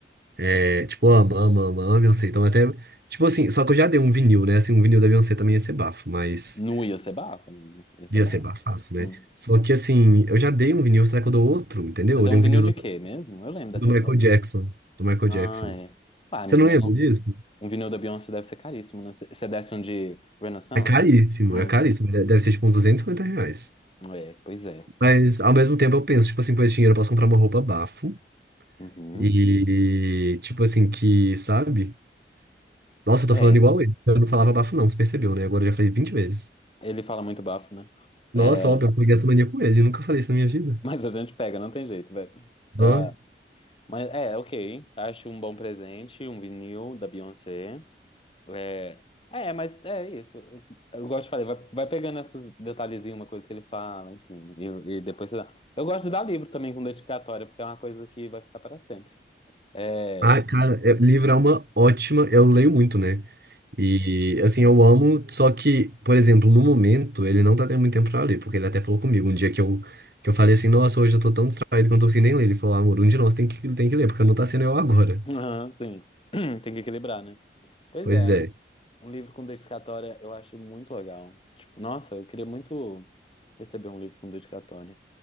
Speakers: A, on the right; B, on the left.
A: É, tipo, ama, ama, ama, ama a Beyoncé. Então até, tipo assim, só que eu já dei um vinil, né? Assim, um vinil da Beyoncé também ia ser bafo, mas
B: Nu ia ser bafo, amigo. Ia ser
A: ia
B: bafo.
A: ser bafaço, né?
B: Hum.
A: Só que assim, eu já dei um vinil, será que eu dou outro, entendeu?
B: Você deu
A: Eu dei
B: um
A: um
B: vinil
A: vinil
B: de quê
A: do,
B: mesmo? Eu lembro dessa
A: do Michael
B: história.
A: Jackson, do Michael
B: Ah,
A: Jackson.
B: é. Pá, amigo,
A: Você não
B: mas
A: lembra
B: um,
A: disso?
B: um vinil da Beyoncé deve ser caríssimo, né? Você desce um de Renaissance?
A: É caríssimo,
B: Hum,
A: é caríssimo. de- Deve ser tipo uns 250 reais.
B: é, pois é.
A: Mas ao mesmo tempo eu penso, tipo assim, com esse dinheiro eu posso comprar uma roupa bafo.
B: Uhum.
A: E tipo assim, que, sabe? Nossa, eu tô
B: É,
A: falando igual ele. Eu não falava bafo, não, você percebeu, né? Agora eu já falei 20 vezes.
B: ele fala muito bafo, né? É,
A: Nossa, óbvio, eu peguei essa mania com ele. Eu nunca falei isso na minha
B: <laughs>
A: vida.
B: mas a gente pega, não tem jeito, velho.
A: Não.
B: Ah, mas é, ok. Acho um bom presente, um vinil da Beyoncé. É, é, mas é isso. Eu gosto de falar, vai, vai pegando esses detalhezinhos, uma coisa que ele fala, enfim, e, e depois você dá. Eu gosto de dar livro também com dedicatória, porque é uma coisa que vai ficar para sempre. É,
A: Ah, cara, é, livro é uma ótima. Eu leio muito, né? E, assim, eu amo, só que, por exemplo, no momento, ele não tá tendo muito tempo pra ler, porque ele até falou comigo. Um dia que eu, que eu falei assim, nossa, hoje eu tô tão distraído que eu não tô conseguindo nem ler. Ele falou, ah, amor, um de nós tem que, tem que ler, porque não tá sendo eu agora.
B: Aham, sim. <clears throat> Tem que equilibrar, né? Pois
A: Pois
B: é,
A: é.
B: um livro com dedicatória eu acho muito legal. Tipo, nossa, eu queria muito receber um livro com dedicatória.